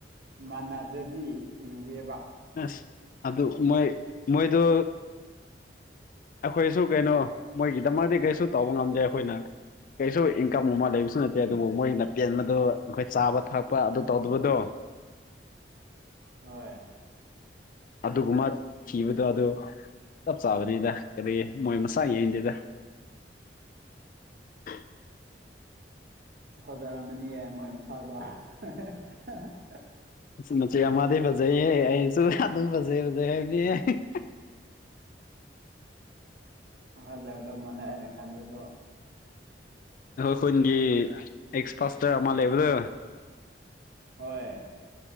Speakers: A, on the right; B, on the left.
A: ꯃꯥꯟꯅꯗ꯭ꯔꯗꯤ ꯂꯨꯑꯦꯕ
B: ꯑꯁ ꯑꯗꯨ ꯃꯣꯏ ꯃꯣꯏꯗꯨ ꯑꯈꯣꯏꯁꯨ ꯀꯩꯅꯣ ꯃꯣꯏꯒꯤꯗꯃꯗꯤ ꯀꯩꯁꯨ ꯇꯧꯕ ꯉꯝꯗꯦ ꯑꯈꯣꯏꯅ꯫ ꯀꯩꯁꯨ ꯏꯟꯀꯝ ꯑꯃ ꯂꯩꯕꯁꯨ ꯅꯠꯇꯦ ꯑꯗꯨꯕꯨ ꯃꯣꯏꯅ ꯄꯦꯟꯕꯗꯨ ꯅꯈꯣꯏ ꯆꯥꯕ ꯊꯛꯄ ꯑꯗꯨ ꯇꯧꯗꯕꯗꯣ
A: ꯍꯣꯏ
B: ꯑꯗꯨꯒꯨꯝꯕ ꯊꯤꯕꯗꯣ ꯑꯗꯨ ꯆꯞ ꯆꯥꯕꯅꯤꯗ ꯀꯔꯤ ꯃꯣꯏ ꯃꯁꯥ ꯌꯦꯡꯗꯦꯗ꯫ <inaudible>
A: ꯐꯖꯔꯝꯃꯅꯤꯌꯦ ꯃꯣꯏ ꯃꯁꯥꯗꯣ <unintelligible>
B: ꯃꯆꯤ ꯃꯆꯤ ꯑꯃꯗꯤ ꯐꯖꯩꯍꯦ ꯑꯩꯁꯨ ꯑꯗꯨ ꯐꯖꯩꯐꯖꯩ ꯍꯥꯏꯕꯅꯤ
A: ꯐꯖꯒꯗꯧ ꯃꯥꯜꯂꯦ ꯑꯩꯅ ꯈꯟꯕꯗꯁꯨ꯫
B: ꯑꯈꯣꯏ ꯈꯨꯟꯒꯤ ꯑꯦꯛꯁ ꯐꯥꯁꯇ ꯑꯃ ꯂꯩꯕꯗꯣ
A: ꯍꯣꯏ